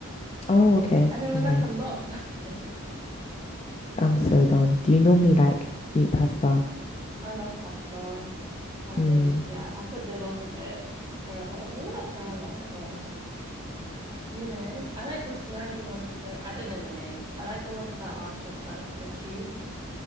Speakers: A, on the left; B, on the right.
A: Oh, okay.
B: And it was
A: Okay.
B: like a lot though. <laughs>
A: I'm so done. Do you normally like eat pasta?
B: I love pasta. I
A: Hmm.
B: yeah, I could live off of it forever. Okay, maybe not forever, but <laughs> you know, I like the sweaty ones that I don't know the names. I like the ones that aren't just like the tubes.